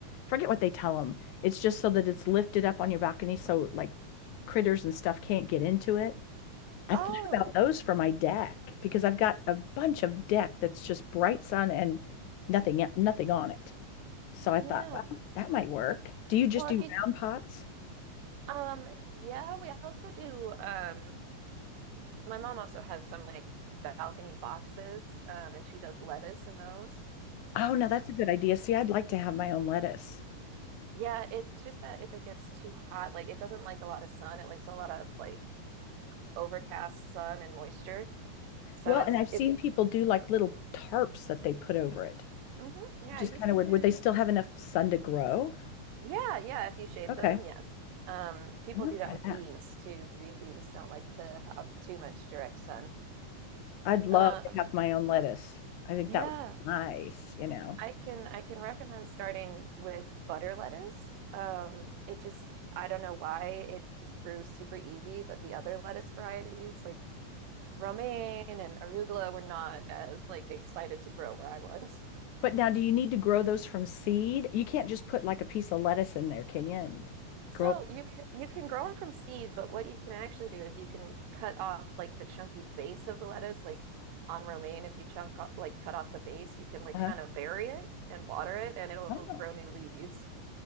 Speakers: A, on the left; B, on the right.
A: forget what they tell them. It's just so that it's lifted up on your balcony so like critters and stuff can't get into it. I
B: Oh,
A: thought about those for my deck because I've got a bunch of deck that's just bright sun and nothing e, nothing on it. So I
B: yeah.
A: thought, well, that might work. Do you just
B: Well,
A: do
B: if you
A: round pots?
B: um yeah, we also do um my mom also has some like balcony boxes um and she does lettuce in those.
A: Oh no, that's a good idea. See, I'd like to have my own lettuce.
B: Yeah, it's just that if it gets too hot, like it doesn't like a lot of sun. It likes a lot of like overcast sun and moisture. So
A: Well,
B: it's
A: and I've seen
B: it's
A: people do like little tarps that they put over it,
B: hmm yeah,
A: which is
B: you
A: kind
B: can
A: of weird.
B: do
A: Would they still have enough sun to grow?
B: yeah, yeah, if you shade
A: Okay,
B: them, yes. Um, people
A: I might
B: do that
A: try
B: with
A: that.
B: beans too. Green beans don't like to have too much direct sun.
A: I'd love
B: Um,
A: to have my own lettuce. I think
B: yeah,
A: that would be nice, you know.
B: I can I can recommend starting with butter lettuce. Um, it just I don't know why it just grew super easy, but the other lettuce varieties like romaine and arugula were not as like excited to grow where I was.
A: But now, do you need to grow those from seed? You can't just put like a piece of lettuce in there, can you? And
B: So
A: grow
B: you can you can grow them from seed, but what you can actually do is you can cut off like the chunky base of the lettuce, like on romaine. If you chunk like cut off the base, you can like
A: Uh-huh.
B: kind of bury it and water it, and it'll
A: I don't know.
B: grow new leaves.